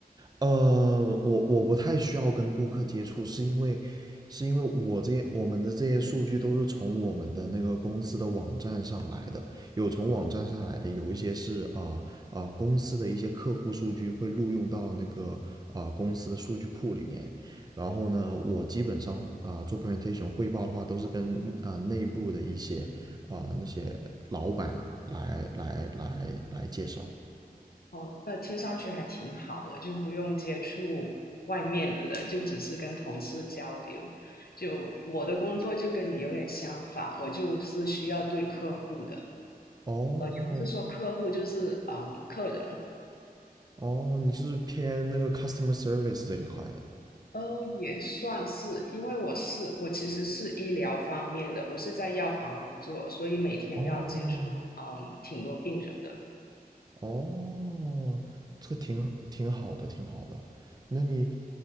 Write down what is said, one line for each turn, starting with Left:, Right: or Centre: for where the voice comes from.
Right: 呃，我我不太需要跟顾客接触，是因为是因为我这些我们的这些数据都是从我们的那个公司的网站上来的，有从网站上来的，有一些是啊啊、呃呃公司的一些客户数据会录用到那个啊、呃公司的数据库里面。然后呢，我基本上啊、呃做 presentation 汇报的话，都是跟啊、呃内部的一些啊、呃那些老板来来来来介绍。
Left: 哦，那听上去还挺好的，就不用接触外面的人，就只是跟同事交流。就我的工作就跟你有点相反，我就是需要对客户的。
Right: 哦，
Left: 呃，也不是说客户，就是啊嗯客人，
Right: 哦，你就是偏那个 customer service 这一块的。
Left: 呃，也算是，因为我是我其实是医疗方面的，我是在药房工作，所以每天要接触嗯挺多病人的，
Right: 哦，哦，这个挺挺好的，挺好的。那你，